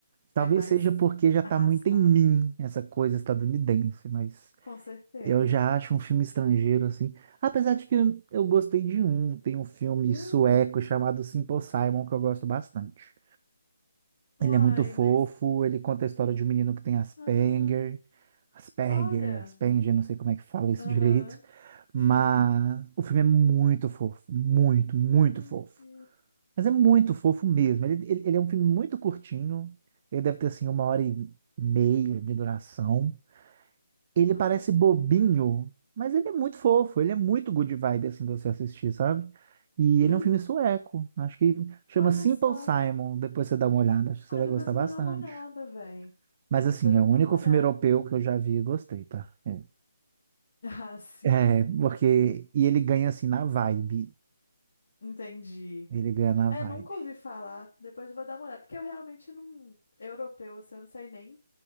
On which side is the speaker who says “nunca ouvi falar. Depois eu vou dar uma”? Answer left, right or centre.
Left